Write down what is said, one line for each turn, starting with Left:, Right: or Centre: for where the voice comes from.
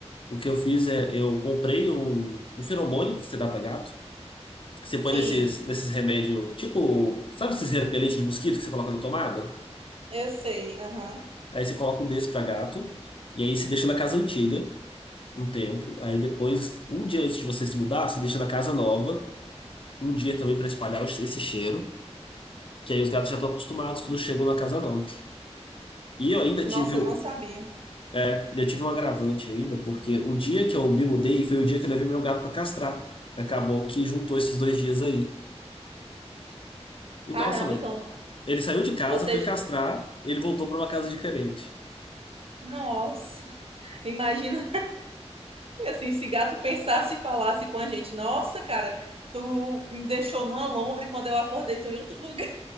Left: O que eu fiz é, eu comprei um, um feromônio que você dá pra gato. Você
Right: Sim,
Left: põe nesses, nesses remédios, tipo, sabe esses repelentes de mosquito que você coloca na tomada?
Right: eu sei. Aham.
Left: Aí você coloca um desse pra gato, e aí você deixa na casa antiga um tempo. Aí depois, um dia antes de você se mudar, você deixa na casa nova, um dia também pra espalhar esse cheiro, que aí os gatos já estão acostumados quando chegam na casa nova. E eu ainda
Right: Nossa,
Left: tive, o-
Right: eu não sabia.
Left: é, eu tive um agravante ainda, porque o dia que eu me mudei foi o dia que eu levei meu gato pra castrar. Acabou que juntou esses dois dias aí. E
Right: Caramba,
Left: nossa, mano,
Right: então
Left: Ele saiu de casa,
Right: vocês.
Left: foi castrar, ele voltou para uma casa diferente.
Right: Nossa, <laughs> imagina assim, se gato pensasse e falasse com a gente. Nossa, cara, tu me deixou numa lombre quando eu acordei, tô em outro lugar.